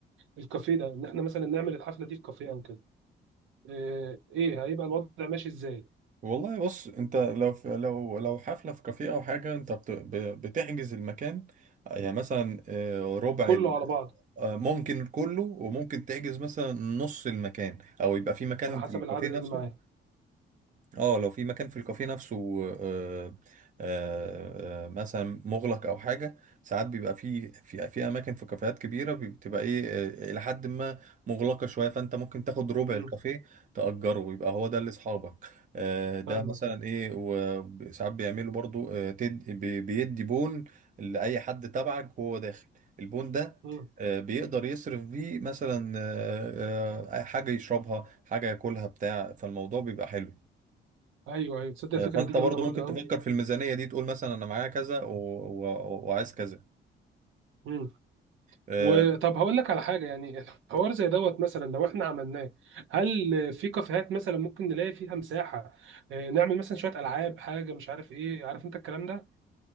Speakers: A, on the right (about 80°); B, on the right (about 40°).
A: الكافيه ده إن إحنا مثلا نعمل الحفلة دي في كافيه أو كده آه، إيه هيبقى الوضع ماشي إزاي؟
B: والله بص انت لو في لو لو حفله في كافيه او حاجه انت بت ب- بتحجز المكان يعني مثلا آه، ربع
A: كله
B: ال-
A: على بعضه
B: آه، ممكن كله وممكن تحجز مثلا نص المكان او يبقى في مكان
A: على حسب
B: في الكافيه
A: العدد
B: نفسه
A: اللي معاه
B: اه لو في مكان في الكافيه نفسه آه، آه، آه، مثلا مغلق او حاجه ساعات بيبقى في في في اماكن في كافيهات كبيره بتبقى ايه آه، الى حد ما مغلقه شويه فانت ممكن تاخد ربع
A: أمم،
B: الكافيه تاجره يبقى هو ده لاصحابك آه، ده
A: فاهمك
B: مثلا
A: أه.
B: ايه وساعات بيعملوا برضو آه، تد- بي- بيدي بون لاي حد تبعك وهو داخل البون ده
A: أمم،
B: آه، بيقدر يصرف بيه مثلا آه، آه، حاجه يشربها حاجه ياكلها بتاع فالموضوع بيبقى حلو
A: أيوه أيوه تصدق
B: آه،
A: الفكرة
B: فانت
A: دي جامدة
B: برضو
A: برضه
B: ممكن تفكر في الميزانيه دي تقول مثلا انا معايا كذا و... و... وعايز كذا
A: قوي
B: آه،
A: وطب هقول لك على حاجه يعني الحوار زي دوت مثلا لو احنا عملناه هل في كافيهات مثلا ممكن نلاقي فيها مساحه آه، نعمل مثلا شويه العاب حاجه مش عارف ايه عارف انت الكلام ده